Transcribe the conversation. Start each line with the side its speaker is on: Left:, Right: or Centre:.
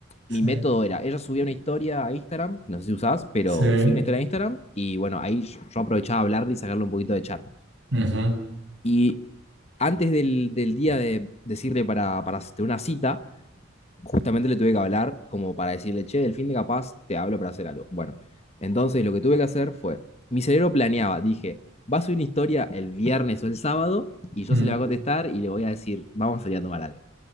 Right: Sí,
Left: mi método era, ella subía una historia a Instagram, no sé si usás, pero
Right: sí.
Left: subía una historia a Instagram, y bueno, ahí yo yo aprovechaba hablarle y sacarle un poquito de charla.
Right: Ujú,
Left: Y antes del, del día de decirle para, para hacer una cita, justamente le tuve que hablar como para decirle, che, el fin de capaz te hablo para hacer algo. Bueno, entonces lo que tuve que hacer fue, mi cerebro planeaba, dije, va a subir una historia el viernes o el sábado y yo
Right: mm,
Left: se le voy a contestar y le voy a decir, vamos a salir a tomar algo.